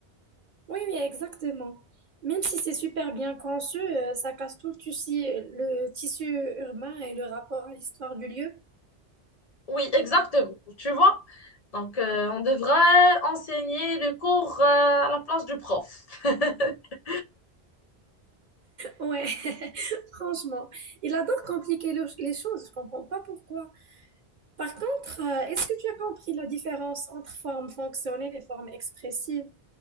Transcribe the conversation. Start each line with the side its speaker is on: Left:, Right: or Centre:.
Right: Oui, oui, exactement. Même si c'est super bien conçu, euh, ça casse tout le tissu, le tissu urbain et le rapport à l'histoire du lieu.
Left: Oui, exactement, tu vois. Donc, euh, on devrait enseigner le cours, euh, à la place du prof. <laughs>
Right: Ouais, <laughs> franchement. Il adore compliquer le- les choses, je comprends pas pourquoi. Par contre, euh, est-ce que tu as compris la différence entre formes fonctionnelles et formes expressives?